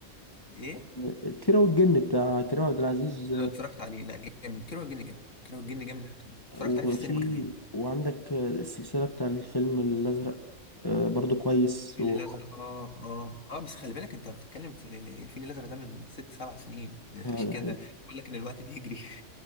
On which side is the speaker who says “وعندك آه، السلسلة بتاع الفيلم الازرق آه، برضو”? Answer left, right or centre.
Left